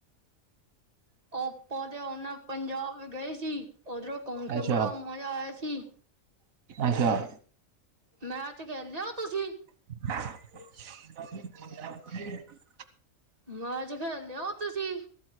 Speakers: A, on the right; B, on the right.
A: ਆਪਾ ਦੇ ਉਹਨਾਂ ਪੰਜਾਬ ਗਏ ਸੀ ਉਧਰੋ ਘੁੰਮ ਕੇ
B: ਅੱਛਾ
A: ਬੜਾ ਮਜਾ ਆਇਆ ਸੀ।
B: ਅੱਛਾ-
A: ਮੈਚ ਖੇਲਦੇ ਹੋ ਤੁਸੀਂ?
B: <inaudible>
A: ਮੈਚ ਖੇਲਦੇ ਹੋ ਤੁਸੀਂ?